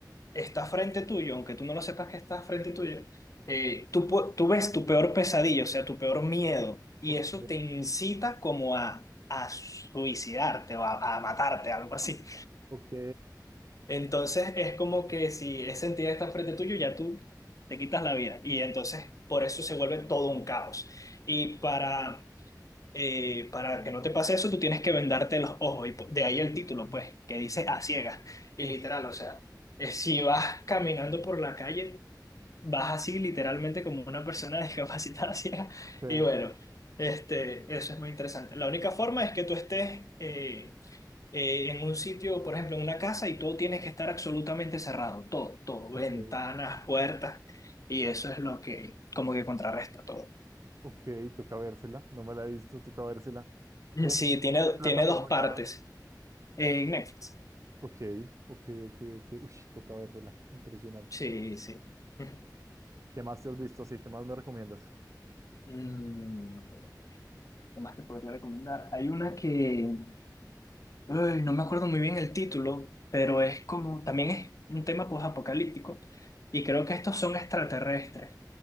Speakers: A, on the left (about 50°); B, on the right (about 45°).
A: está frente tuyo, aunque tú no lo sepas que está frente tuyo, eh, tú, pu- tú ves tu peor pesadilla, o sea, tu peor miedo, y
B: ok,
A: eso te incita como a, a suicidarte o a, a matarte, algo así.
B: ok.
A: Entonces es como que si esa entidad está frente tuyo, ya tú te quitas la vida. Y entonces por eso se vuelve todo un caos. Y para eh, para que no te pase eso, tú tienes que vendarte los ojos. Y po- de ahí el título, pues, que dice a ciegas. Y
B: Uf,
A: literal, o sea, eh, si vas caminando por la calle, vas así literalmente como una persona <laughs> discapacitada ciega.
B: sí,
A: Y bueno, este, eso es muy interesante. La única forma es que tú estés eh, eh, en un sitio, por ejemplo, en una casa, y todo tienes que estar absolutamente cerrado. Todo, todo. Ventanas,
B: ok.
A: puertas. Y eso es lo que como que contrarresta todo.
B: Ok, toca vérsela. No me la he visto, toca vérsela.
A: Mm,
B: ¿De,
A: Sí, tiene,
B: de plataforma
A: tiene dos partes.
B: está?
A: En Netflix.
B: Ok, ok, ok, ok. Uy, toca vérsela. Impresionante.
A: Sí, sí. Ujú.
B: ¿Qué más te has visto así? ¿Qué más me recomiendas?
A: Mm, ¿qué más te podría recomendar? Hay una que, ay, no me acuerdo muy bien el título, pero es como, también es un tema posapocalíptico, y creo que estos son extraterrestres,